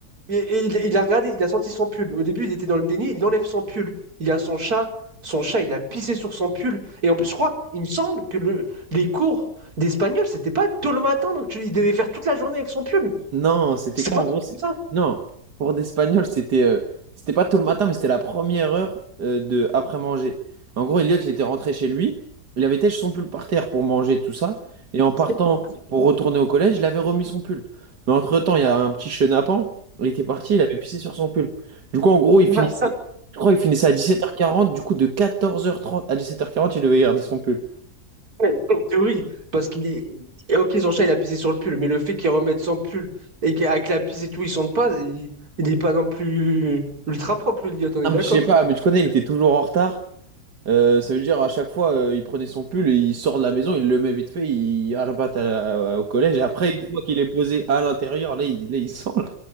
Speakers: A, on the right; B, on the right.
A: et- et il, il a regardé, il a senti son pull. Au début, il était dans le déni, il enlève son pull. Il y a son chat, son chat, il a pissé sur son pull. Et en plus, je crois, il me semble que le, les cours d'espagnol, c'était pas tôt le matin, donc tu- il devait faire toute la journée avec son pull.
B: Non, c'était
A: C'est
B: quoi
A: pas
B: en
A: un truc
B: gros? c'est-
A: comme ça.
B: Non, cours d'espagnol, c'était euh, c'était pas tout le matin, mais c'était la première heure euh, de après manger. En gros, Elliot, il était rentré chez lui, il avait têché son pull par terre pour manger tout ça, et en partant
A: <laughs>
B: pour retourner au collège, il avait remis son pull. Mais entre-temps, il y a un petit chenapan, il était parti, il avait pissé sur son pull. Du coup, en gros, il
A: Bah,
B: finissait, je crois, il finissait à 17h40, du coup, de 14h30 à 17h40, il devait garder son pull.
A: Ouais, En théorie, parce qu'il est. et Ok, son chat, il a pissé sur le pull, mais le fait qu'il remette son pull et qu'avec la pisse et tout, il sente pas, il n'est pas non plus ultra propre, le Elliot, on est
B: Ah,
A: d'accord.
B: mais je sais pas, mais tu connais, il était toujours en retard. Euh, ça veut dire à chaque fois, euh, il prenait son pull, et il sort de la maison, il le met vite fait, il arbat à la- au collège. Et après, une fois qu'il est posé à l'intérieur, là, il, là, il sent. Là,